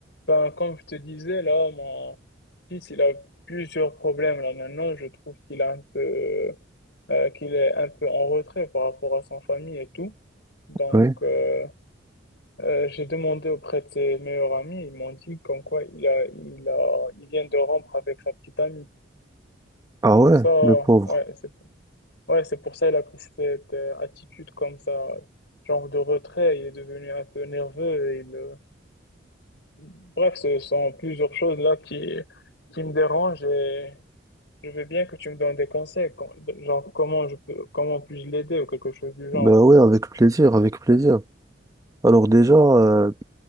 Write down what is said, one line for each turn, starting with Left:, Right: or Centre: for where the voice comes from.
Left: Ben, comme je te disais, là, mon fils, il a plusieurs problèmes là maintenant. Je trouve qu'il a un peu, euh, qu'il est un peu en retrait par rapport à sa famille et tout. Donc,
Right: Oui.
Left: euh, euh, j'ai demandé auprès de ses meilleurs amis. Ils m'ont dit comme quoi il a, il a, il vient de rompre avec sa petite amie.
Right: Ah
Left: C'est pour
Right: ouais,
Left: ça,
Right: le pauvre.
Left: ouais, c'est, ouais, c'est pour ça il a pris cette euh, attitude comme ça, genre de retrait. Il est devenu un peu nerveux et il, euh, Bref, ce sont plusieurs choses là qui, qui me dérangent et je veux bien que tu me donnes des conseils, com- genre comment je peux, comment puis-je l'aider ou quelque chose du genre.
Right: Ben ouais, avec plaisir, avec plaisir. Alors déjà, euh,